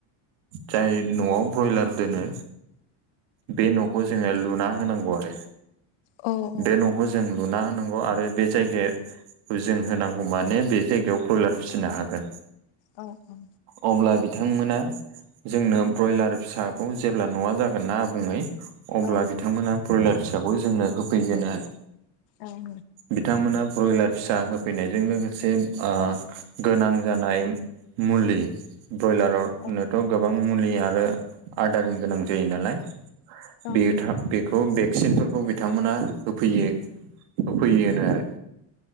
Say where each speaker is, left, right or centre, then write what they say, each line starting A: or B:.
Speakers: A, on the right (about 70°); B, on the left (about 80°).
A: जाय न'आव ब्रयलार दोनो बे न'खौ जोंङो लुना होनांगौ आरो
B: उम
A: बे न' जों लुना होनांगौ आरो बे जायगाखौ जों होनांगौ माने बे जायगायाव बुलार फिसिनो हागोन।
B: औ औ
A: अब्ला बिथांमोना जोंनो ब्रयलार फिसाखौ जेब्ला न'आ जागोन नना आबुङै अब्ला
B: औ
A: बिथांमोना ब्रयलार फिसाखौ जोंनो होफैगोन आरो।
B: औ नोंथां औ
A: बिथांमोना ब्रयलार फिसा हो फैनायजों लोगोसे ओ गोनां जानाय मुलि ब्रयलारानोथ'
B: नोंथां
A: गोबां मुलि आरो आदारनि गोनां जायो नालाय।
B: औ नोंथां औ
A: बे था बेखौ भेक्सिनफोर खौ बिथांमोना होफैयो, होफैयोनो आरो।